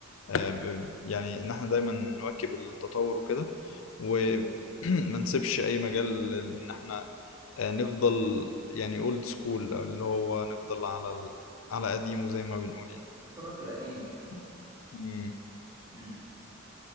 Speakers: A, on the left; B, on the right.
A: آه، ب- يعني إن إحنا دايما نواكب التطور وكده وما <clears throat> نسيبش أي مجال إن إحنا آه، نفضل يعني اولد سكول اللي هو نفضل على ال... على قديمه زي ما بنقول
B: التراث القديم
A: يعني
B: مم.